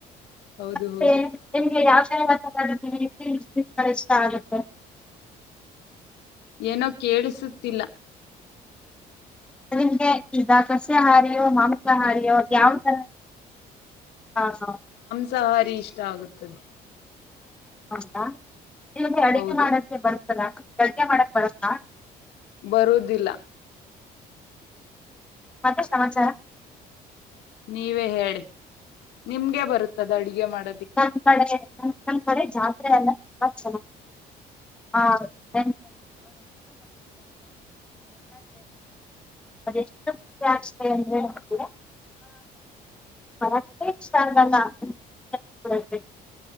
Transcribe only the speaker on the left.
ಹೌದು
ಹೌದು
ಏನೋ ಕೇಳಿಸುತ್ತಿಲ್ಲ.
ಸಹಾರಿ ಇಷ್ಟ ಆಗುತ್ತದೆ.
ಹೌದು
ಬರುದಿಲ್ಲ
ನೀವೇ ಹೇಳಿ ನಿಮ್ಗೆ ಬರುತ್ತದ ಅಡ್ಗೆ ಮಾಡ